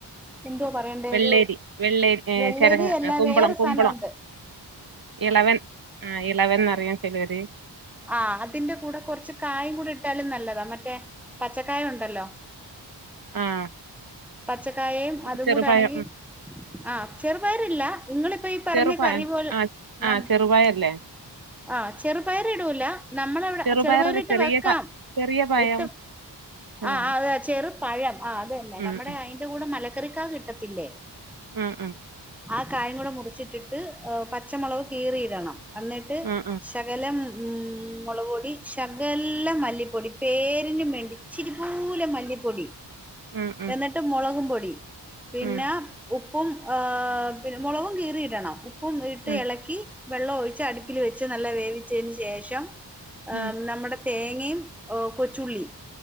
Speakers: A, in the centre; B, on the right.
A: എന്തോ പറയണ്ടെ
B: വെള്ളേരി
A: ഒരു
B: വെള്ളേരി
A: വെള്ളരി
B: ചെരങ്ങ
A: അല്ല
B: കുമ്പളം
A: വേറെ
B: കുമ്പളം
A: സാനമുണ്ട്
B: ഇളവൻ ആഹ് ഇളവൻന്നറിയും ചെലര്
A: ആ അതിന്റ കൂടെ കൊറച്ച് കായും കൂടെ ഇട്ടാലും നല്ലതാ മറ്റേ പച്ചക്കായ ഉണ്ടല്ലോ
B: ആഹ്
A: പച്ചക്കായയും അതും
B: ചെറുപഴം
A: കൂടാണെങ്കി ആ ചെറുപയറില്ല നിങ്ങളിപ്പ ഈ പറഞ്ഞ
B: ചെറുപയം
A: കറി പോൽ
B: ആ ആ
A: നം
B: ചെറുപയല്ലേ
A: ആ ഹ് ചെറുപയർ ഇടൂല നമ്മളവിടെ
B: ചെറുപയറല്ല
A: ചെറുപയറിട്ട്
B: ചെറിയ
A: വെക്കാം
B: പ ചെറിയ പയം
A: ഇട്ട്
B: ഉം
A: ആ ആ വെ ചെറു പഴം ആ അതെന്നെ
B: ഉം
A: നമ്മടെ അയിന്റെ കൂടെ മല ചെറിക്കാ കിട്ടത്തില്ലേ?
B: ഉം ഉം
A: ആ കായും കൂടെ മുറിച്ചിട്ടിട്ട് ഏ പച്ചമുളവ് കീറിയിടണം അന്നിട്ട്
B: ഉം
A: ശകലം ഉം മുളവ്പൊടി ശകലം മല്ലിപ്പൊടി പേരിനും വേണ്ടി ഇച്ചിരിപൂലം മല്ലിപ്പൊടി
B: ഉം ഉം
A: എന്ന്ട്ട് മുളകും പൊ ടി പിന്നാ
B: ഉം ഉം
A: ഉ പ്പും ആ പിന്നെ മൊളവും കീറിയിടണം പ്പും ഇട്ട്
B: ഉം
A: എളക്കി വെള്ളോം ഒഴിച്ച് അട്പ്പില് വെച്ച് നല്ല വേവിച് തേന് ശേഷം ആഹ്
B: ഉം
A: നമ്മടെ തേങ്ങേം ഒ കൊച്ചുള്ളി